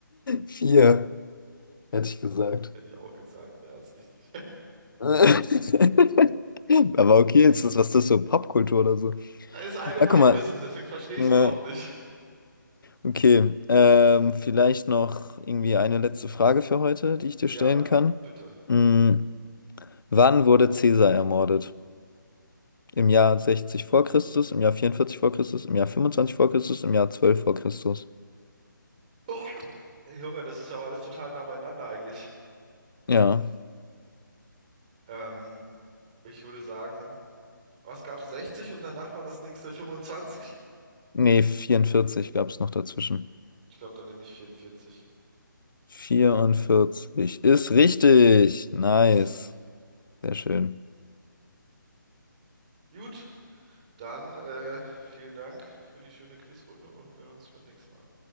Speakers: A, on the left; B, on the right.
A: Vier, hätte ich gesagt.
B: <laughs> Hätte ich auch gesagt, ja, ist richtig.
A: <laughs> Aber okay, ist das, was ist das so Popkultur oder so?
B: Das ist Allgemeinwissen,
A: Ah, guck mal.
B: deswegen verstehe ich
A: Äh,
B: es überhaupt nicht.
A: Okay, ähm, vielleicht noch irgendwie eine letzte Frage für heute, die ich dir
B: Ja,
A: stellen kann.
B: bitte.
A: Mm, wann wurde Caesar ermordet? Im Jahr 60 vor Christus, im Jahr 44 vor Christus, im Jahr 25 vor Christus, im Jahr 12 vor Christus.
B: Oh, Junge, das ist ja auch alles total nah beieinander eigentlich.
A: Ja,
B: Ähm, ich würde sagen, was gab's 60 und danach war das nächste 25?
A: nee, 44 gab es noch dazwischen.
B: Ich glaube, dann nehme ich 44.
A: 44 ist richtig.
B: Nice.
A: Nice. Sehr schön.
B: Gut, dann äh, vielen Dank für die schöne Quizrunde und wir hören uns beim nächsten Mal.